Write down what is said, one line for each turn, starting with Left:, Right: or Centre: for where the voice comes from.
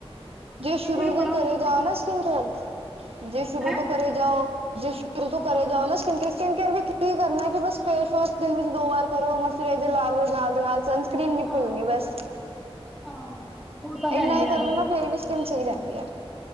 Right: ਜੇ ਸ਼ੁਰੂ
Centre: ਪਹਿਲੇ ਮੈਨੂੰ ਬੜਾ
Right: ਤੋਂ ਕਰੇ
Centre: ਹੁੰਦਾ
Right: ਜਾਓ
Centre: ਸੀ ਕਿ
Right: ਨਾ ਸਕਿਨ ਕੋਲ ਜੇ ਸ਼ੁਰੂ
Centre: ਹੈ
Right: ਤੋਂ ਕਰੇ ਜਾਓ। ਜਿਸ ਸ਼ੁਰੂ ਤੋਂ ਕਰੇ ਜਾਓ
Centre: ਹਾਂ
Right: ਨਾ ਸਕਰ ਸਕਿਨ ਕੇਅਰ ਵੀ ਕੀ ਕਰਨਾ ਹੈ ਕਿ ਬਸ ਫੇਸ ਵਾਸ਼ ਦੇ ਵਿੱਚ ਦੋ ਵਾਰ ਕਰੋ ਮਸਚੁਰਾਈਜ਼ਰ ਲਾ ਲ ਨਾਲ ਦੇ ਨਾਲ ਸਨਸਕਰੀਨ ਨੀ
Centre: ਹਾਂ
Right: ਭੁੱਲਣੀ ਬਸ
Centre: ਹਾਂ ਉਹ ਤਾਂ ਹੈ
Right: ਇੰਨਾ
Centre: ਹੀ ਹੈ
Right: ਕਰਲੋ ਨਾ ਫੇਰ ਵੀ ਸਕਿੰਨ ਸਈ ਰੈਂਦੀ ਐ।